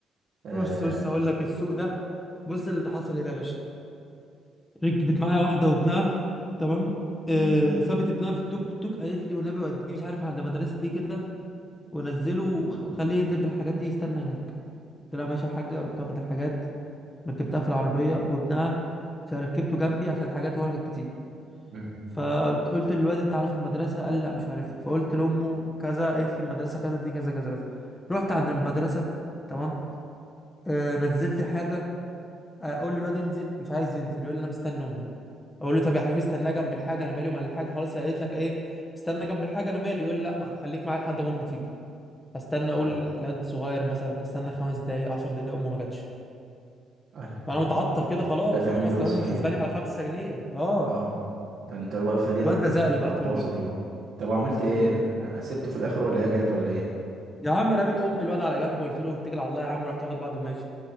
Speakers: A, on the right (about 65°); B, on the left (about 20°).
A: آه،
B: بص بص هقول لك السوق ده بص اللي حصل ايه بقى يا باشا ركبت معايا واحدة وابنها تمام آه
A: مم.
B: سابت ابنها في التوك توك قالت لي والنبي وديه مش عارف عند مدرسة ايه كده ونزله وخ- وخليه ينزل بالحاجات دي يستنى هناك قلت لها ماشي يا حاجة رحت واخد الحاجات ركبتها في العربية وابنها مش ركبته جنبي عشان الحاجات ورا كانت كتير
A: مم.
B: فقلت قلت للواد انت عارف المدرسة قال لي لا مش عارفها فقلت لأمه كذا قالت لي المدرسة كذا دي كذا كذا كذا رحت عند المدرسة تمام آه نزلت الحاجة آه، اقول للواد انزل مش عايز ينزل يقول لي انا مستني امي اقول له طب يا حبيبي استنى جنب الحاجه انا مالي ومال الحاجه خلاص هي قالت لك ايه استنى جنب الحاجه انا مالي يقول لي لا مع- خليك معايا لحد ما امي تيجي استنى اقول
A: ال-
B: الواد صغير مثلا استنى خمس دقايق عشر دقايق امه ما جاتش
A: ال-
B: فانا متعطل كده خلاص
A: انت هتعمل
B: امي اصل
A: له ايه
B: امه
A: صحيح
B: محاسباني على خمسة جنيه اه
A: اه ده انت الوقفة دي هت-
B: الواد لزق لي بقى
A: هتبوظ
B: طول اليوم
A: اليوم طب وعملت ايه سبته في الاخر ولا هي جت ولا ايه
B: يا عم رميت ام الواد على جنب وقلت له اتكل على الله يا عم رحت واخد بعضي وماشي